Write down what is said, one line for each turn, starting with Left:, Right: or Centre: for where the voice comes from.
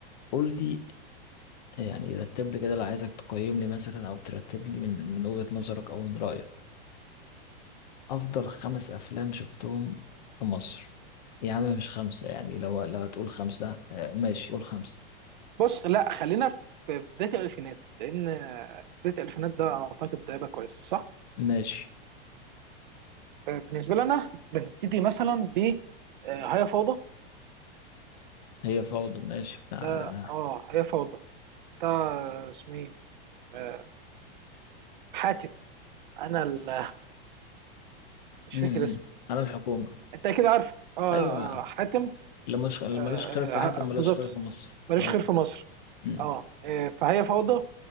Left: قول لي يعني رتب لي كده اللي عايزك تقيم لي مثلا او ترتب لي من من وجهة نظرك او من رأيك افضل خمس افلام شفتهم في مصر يا عم مش خمسة يعني لو لو هتقول خمسة آه ماشي قول خمسة
Right: بص لا خلينا في بدايه الالفينات لان آه، بدايه الالفينات ده اعتقد ده هيبقى كويس صح؟
Left: ماشي
Right: آه، بالنسبه لنا بنبتدي مثلا ب آه، هي فوضى
Left: هي فوضى ماشي بتاع
Right: ده اه هي فوضى ده آه، اسمه ايه آه، حاتم انا ال- <laughs> مش
Left: امم
Right: فاكر اسمه
Left: على الحكومة
Right: انت اكيد عارفه اه
Left: أيوة
Right: آه، حاتم
Left: اللي مش اللي
Right: آه، آه،
Left: ملوش خير في حاتم
Right: بالظبط
Left: ملوش خير في مصر
Right: ماليش
Left: اه
Right: خير في مصر
Left: امم
Right: اه آه، فهي فوضى